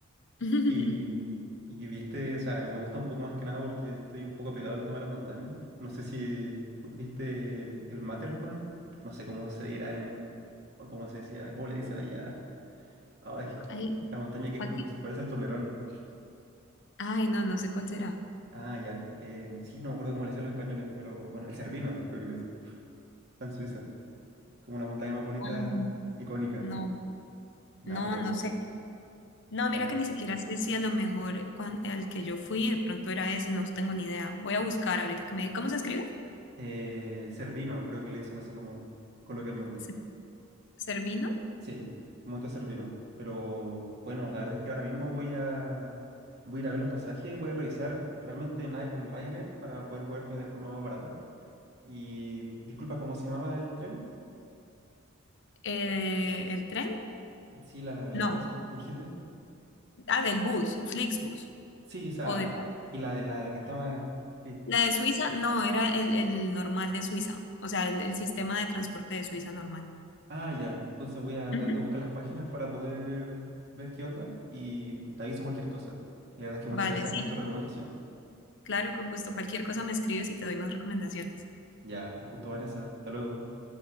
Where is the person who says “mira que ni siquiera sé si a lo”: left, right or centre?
Left